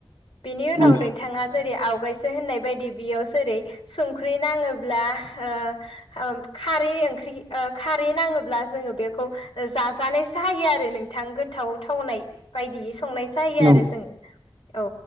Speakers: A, on the left; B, on the right.
A: बिनि उनाव
B: नंगौ
A: नोंथाङा
B: नंगौ थारैनो
A: जेरै आवगायसो होननाय बायदि बेयाव जेरै संख्रि नाङोब्ला ना हो औम खारै ओंख्रि ओ खारै नाङोब्ला जोङो बेखौ ओ जाजानायसो हायो आर रो नोंथां गोथाव थावनाय बायदियै संनाय जायो आरो
B: नंगौ
A: जों औ